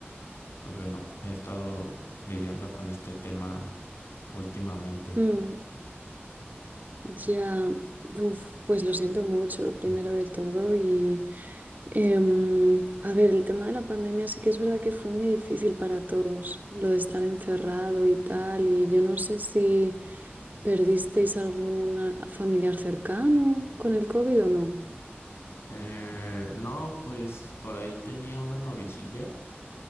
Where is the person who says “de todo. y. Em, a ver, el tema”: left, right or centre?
Right